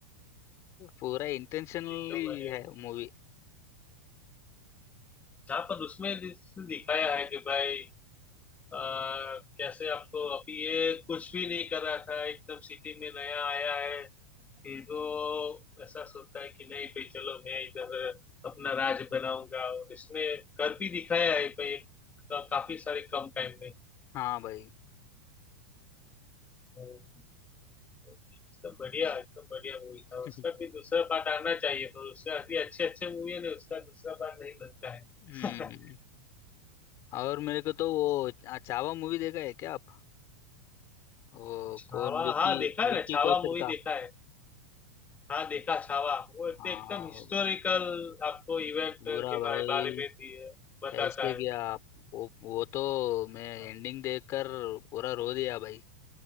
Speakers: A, on the left; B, on the left.
A: पूरा इंटेंशनली
B: एकदम बढ़िया
A: है मूवी
B: हाँ पर उसमें जिसने दिखाया है कि भाई आ, कैसे आपको अभी ये कुछ भी नहीं कर रहा था एकदम सिटी में नया आया है फिर वो ऐसा सोचता है कि नहीं भाई चलो मैं इधर अपना राज बनाऊंगा और इसने कर भी दिखाया है भाई एक- काफी सारे कम टाइम
A: हाँ भाई
B: में एकदम बढ़िया एकदम बढ़िया मूवी था उसका
A: <laughs>
B: भी दूसरा पार्ट आना चाहिए पर उसका अभी अच्छे अच्छे मूवी है ना उसका दूसरा पार्ट नहीं बनता
A: हम्म
B: है
A: और मेरे को तो वो आ- चावा मूवी देखा है क्या आप वो
B: <laughs> छावा
A: कौन विकी
B: हाँ देखा है
A: विकी
B: ना छावा
A: कौशल
B: मूवी
A: का
B: देखा है हाँ देखा छावा वो एक-
A: हाँ
B: तो एकदम हिस्टोरिकल आपको इवेंट
A: पूरा
B: के
A: भाई
B: बारे, बारे में दिए- बताता
A: कैसे
B: है
A: गया आप वो वो तो मैं
B: हाँ,
A: एंडिंग देखकर पूरा रो दिया भाई